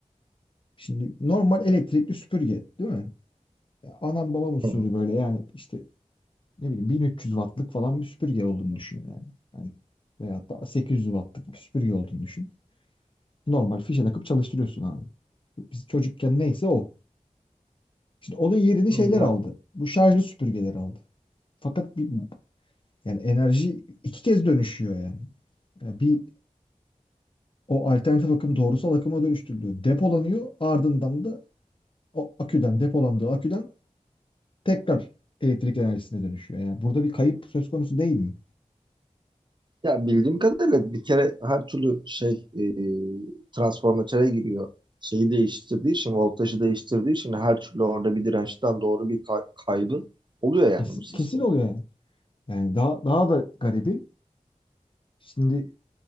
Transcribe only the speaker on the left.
Şimdi normal elektrikli süpürge değil mi? Ya anam babam usulü
böyle yani işte ne bileyim 1300 wattlık falan bir süpürge olduğunu düşün yani. Hani veyahut da 800 wattlık bir süpürge olduğunu düşün. Normal fişe takıp çalıştırıyorsun abi. Biz çocukken neyse o. Şimdi onun yerini
şeyler aldı. Bu şarjlı süpürgeler aldı. Fakat bir, yani enerji iki kez dönüşüyor yani. Yani bir o alternatif akım doğrusal akıma dönüştürülüyor. Depolanıyor ardından da o aküden depolandığı aküden tekrar elektrik enerjisine dönüşüyor. Yani burada bir kayıp söz konusu değil mi?
Kesin,
kesin oluyor yani. Yani daha, daha da garibi. Şimdi